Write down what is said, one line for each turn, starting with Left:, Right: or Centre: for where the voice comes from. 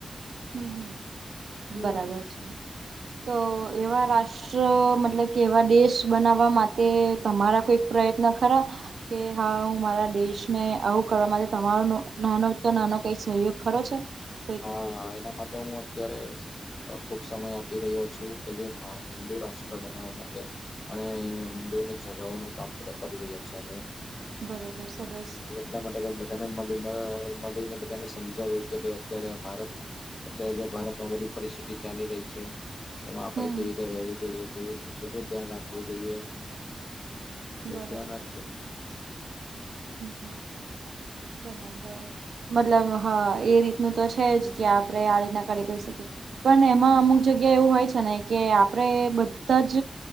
Right: હમ હમ
Left: એવું
Right: બરાબર છે તો એવા રા- - રાષ્ટ્ર મતલબ કે એવા દેશ બનાવવા માટે તમારા કોઈક પ્રયત્ન ખરા? કે હા હું મારા દેશને આવું કરવા માટે તમારો નાનો તો નાનો કંઈક સહયોગ ખરો છે? કઈક
Left: હા એના માટે હું અત્યારે- - ખુબ સમય આપી રહ્યો છું કે જે હિન્દુ રાષ્ટ્ર બનાવવા માટે- - અને હિન્દુઓને જગાવવાનું કામ બધા કરી રહ્યા છેીએ અમે- -
Right: બરોબર સરસ.
Left: એટલા માટે બધાને મળી મળીને બધાને સમજાવી કે ભ- - અત્યારે ભારત અત્યારે જં ભારતમાં બધી પરિસ્થિતિ ચાલી રહી છે. એમાં આપડે
Right: હમ
Left: કેવી રીતે રવું જોઈએ કેવી રીતે વતુ શ ધ્યાન રાખવું જોઈએ. બહ
Right: બરોબર
Left: ધ્યાન રાખશે.
Right: હમ હમ. બરાબર મતલબ હા એ રીતનું તો છે જ કે આપણે આ રીતના કાર્ય કરી શકીએ. પણ એમાં અમુક જગ્યા એવું હોય છે ને કે આપડે બધા જ